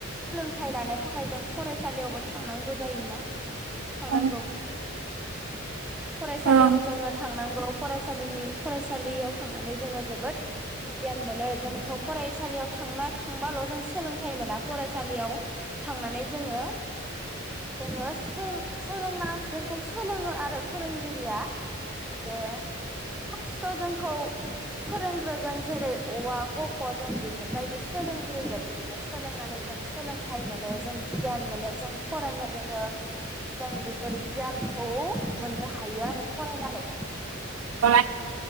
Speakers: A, in the centre; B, on the right.
A: थाय लानो थाखाय जों फरायसालियावबो थांनांगौ जायोना थांनांगौ
B: औ
A: <inaudible> फरायसालियाव
B: औ
A: जोङो थांनां फरायसालिनि फसालियाव थांनानै जोङो जोबोद गियान मोनो जोंथ' फरायसालियाव थांना थांबाल' जों सोलों लोंथाय मोना फरायसालियाव थांनानै जोङो जोङो सो सोलोंना जोंखौ सोलोङो आरो फोरोंगिरिया दे फार्स्टाव जोंखौ फोरोंग्रोगोन जेरै अ आ क ख जों बेफोरबायदि सोलोंग्रोयो बिदिनो सोलोंनानै जों सोलोंथाइ मोनो जों गियान मोनो जों फरायनो रोङो जों बेफोर गियानखौ मोननो हायो आरो फरायनानै
B: <inaudible>